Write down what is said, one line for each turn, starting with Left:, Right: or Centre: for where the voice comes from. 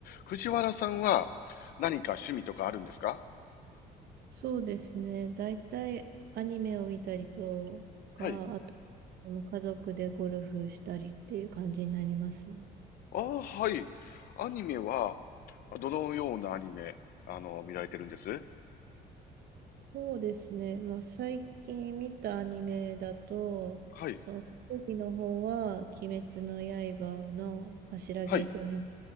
Left: 藤原さんは何か趣味とかあるんですか
Right: そうですね。大体アニメを見たりとか、
Left: はい。
Right: あと、その家族でゴルフしたりっていう感じになりますね。
Left: ああ、はい。アニメは、どのようなアニメ、あの、見られてるんです
Right: そうですね。まあ、最近見たアニメだと、
Left: はい。
Right: その特技の方は、鬼滅の刃の柱稽古編
Left: はい。